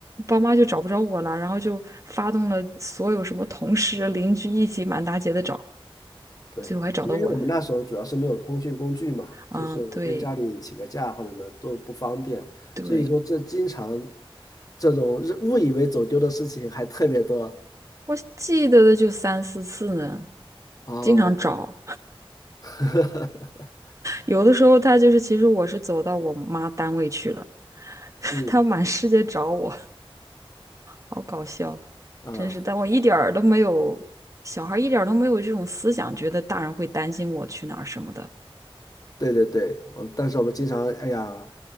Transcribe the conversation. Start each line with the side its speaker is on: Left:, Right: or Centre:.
Right: 爸妈就找不着我了，然后就发动了所有什么同事邻居一起满大街的找，
Left: 对，
Right: 最后还找到我了。
Left: 因为我们那时候主要是没有通讯工具嘛，
Right: 嗯，
Left: 就是跟家里请个假或者什么都不方便，
Right: 对对，
Left: 所以说这经常这种日误以为走丢的事情还特别多
Right: 我记得的就三四次呢，
Left: 哦，
Right: 经常找。
Left: <laughs>
Right: 有的时候他就是，其实我是走到我妈单位去了，<laughs>
Left: 嗯
Right: 他满世界找我，好搞笑，
Left: 啊，
Right: 真是。但我一点儿都没有，小孩儿一点儿都没有这种思想，觉得大人会担心我去哪儿什么的。
Left: 对对对，我但是我们经常哎呀，